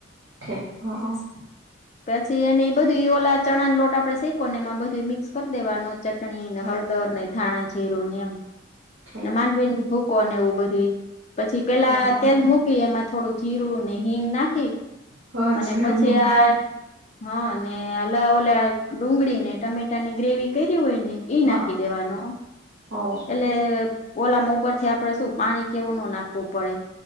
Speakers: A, on the right; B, on the left.
A: ઠે હ
B: <inaudible>
A: હ
B: પછી એને બધી ઓલા ચણા ન લોટ આપડે શેકોને એમાં બધું મિક્સ કરી દેવાનો ચટણી હળદર ને થાણા જીરુ ને એમ <inaudible>
A: ઠીક
B: ને માંડવી ભૂખ કોને એવું બધી પછી પેલા
A: ઠે હ
B: તેલ મૂકી એમાં થોડું જીરું ને હિંગ નાખી
A: હ
B: અને
A: જીરું
B: પછી
A: હિંગ
B: આ ય હા ને અલાઓલા ડુંગળી ને ટમેટાની ગ્રેવી કઇરી હોય ને ઈ
A: હ
B: નાખી દેવાનું <inaudible>
A: ઓ ઓ
B: એટલે ઓલામાં ઉપર થી આપડે શું પાણી કેઉ ન નાખવું પડે